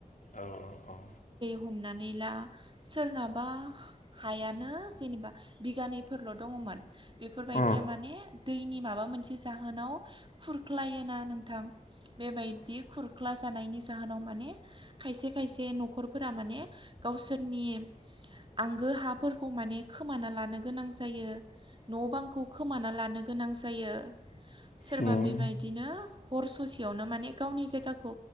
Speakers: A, on the left; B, on the right.
A: औ औ औ
B: हमनानै ला सोरनाबा हायानो जेनेबा बिगानैफोरल' दङमोन। बेफोरबायदिया
A: उम
B: माने दैनि माबा मोनसे जाहोनाव खुरख्लायोना नोंथां बेबायदि खुरख्ला जानायनि जाहोनाव माने खायसे खायसे न'खरफोरा माने गावसोरनि आंगो हाफोरखौ माने खोमाना लानो गोनां जायो। न' बांखौ खोमाना लानो गोनां जायो। सोरबा
A: उम
B: बेबायदिनो हर ससेयावनो माने गावनि जायगाखौ